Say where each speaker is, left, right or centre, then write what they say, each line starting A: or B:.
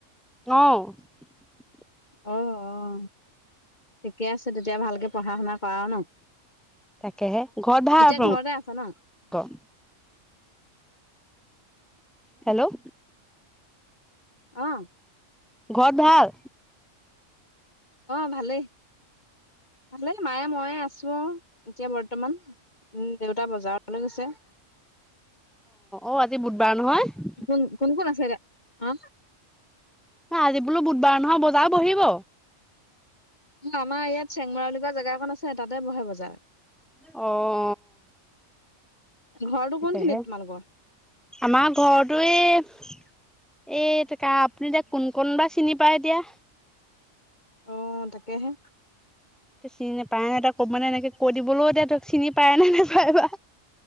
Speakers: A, in the centre; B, on the left.
A: <unintelligible>
B: অ' অ' ঠিকে আছে তেতিয়া ভালকে পঢ়া-শুনা কৰা ন'।
A: তাকেহে ঘৰত ভাল
B: এতিয়া ঘৰতে আছা ন
A: <unintelligible> হেল্ল'
B: অ',
A: ঘৰত ভাল?
B: অ'ভালে, ভালে মায়ে ময়ে আছোঁ অ'এতিয়া বৰ্তমান। উম, দেউতা বজাৰলে গৈছে।
A: অ'অ'আজি বুধবাৰ নহয়।
B: কোন-কোন-কোন আছে গা <unintelligible>
A: এ আজি বোলো বুধবাৰ নহয় বজাৰ বহিব?
B: আমাৰ ইয়াত চেংমৰা বুলি কোৱা জেগা এখন আছে তাতে বহে বজাৰ।
A: অ',
B: ঘৰটো
A: তাকেহে
B: কোন খিনিত তোমালোকৰ?
A: আমাৰ ঘৰতো এ এ এতিয়া কা আপুনি এতিয়া কোন, কোন বা চিনি পায় এতিয়া।
B: অ'তাকেহে।
A: তে চিনি নেপাই ন' এতিয়া কব মানে এনেকে কৈ দিবলৈও এতিয়া তোক চিনি পায় নে নাই নোপায় বা।